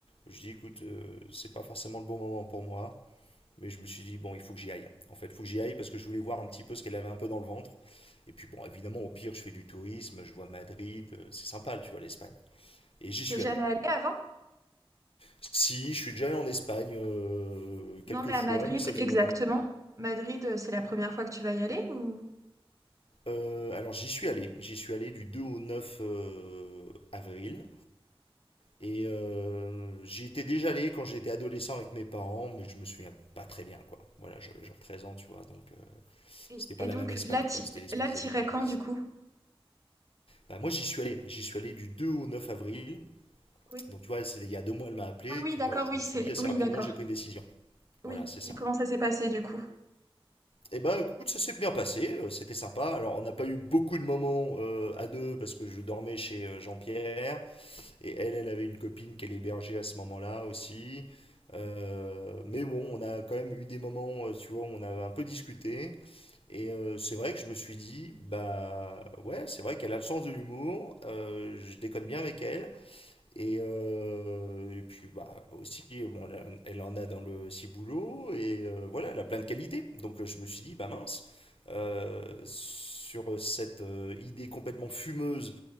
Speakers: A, on the left; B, on the right.
A: Je dis, écoute, euh, c'est pas forcément le bon moment pour moi, mais je me suis dit, bon, il faut que j'y aille. En fait, il faut que j'y aille parce que je voulais voir un petit peu ce qu'elle avait un peu dans le ventre. Et puis, bon, évidemment, au pire, je fais du tourisme, je vois Madrid, euh, c'est sympa, tu vois, l'Espagne. Et j'y suis
B: T'es jamais
A: allé.
B: allé avant?
A: Si, je suis déjà allé en Espagne euh,
B: Non,
A: quelques
B: mais
A: fois,
B: à Madrid,
A: mais ça faisait
B: exactement.
A: longtemps.
B: Madrid, euh, c'est la première fois que tu vas y aller ou...
A: Euh, alors, j'y suis allé. J'y suis allé du 2 au 9 euh, avril. Et euh, j'y étais déjà allé quand j'étais adolescent avec mes parents, mais je me souviens pas très bien, quoi. Voilà, j'avais genre 13 ans, tu vois, donc euh,
B: Et,
A: C'était pas
B: et
A: la
B: donc,
A: même Espagne,
B: là, t'y-
A: quoi. C'était l'Espagne
B: là,
A: des
B: t'irais
A: années 90.
B: quand, du coup?
A: Bah, moi, j'y suis allé. J'y suis allé du 2 au 9 avril.
B: Oui.
A: Donc, tu vois, c'est- il y a deux mois, elle m'a appelé.
B: Ah
A: Et
B: oui,
A: puis,
B: d'accord,
A: bah, je
B: oui,
A: me
B: c'est...
A: suis dit, assez
B: Oui,
A: rapidement,
B: d'accord.
A: j'ai pris une décision.
B: Oui.
A: Voilà, c'est ça.
B: Et comment ça s'est passé, du coup?
A: Et ben, écoute, ça s'est bien passé. euh, C'était sympa. Alors, on n'a pas eu beaucoup de moments euh, à deux parce que je dormais chez euh, Jean-Pierre. Et elle, elle avait une copine qu'elle hébergeait à ce moment-là aussi. Euh, mais bon, on a quand même eu des moments, euh, tu vois, où on a un peu discuté. Et euh, c'est vrai que je me suis dit, bah ouais, c'est vrai qu'elle a le sens de l'humour, euh, je déconne bien avec elle. Et, euh, et puis bah aussi, bon, elle, en- elle en a dans le ciboulot, et euh, voilà, elle a plein de qualités. Donc euh, je me suis dit, bah mince, euh, sur cette euh, idée complètement fumeuse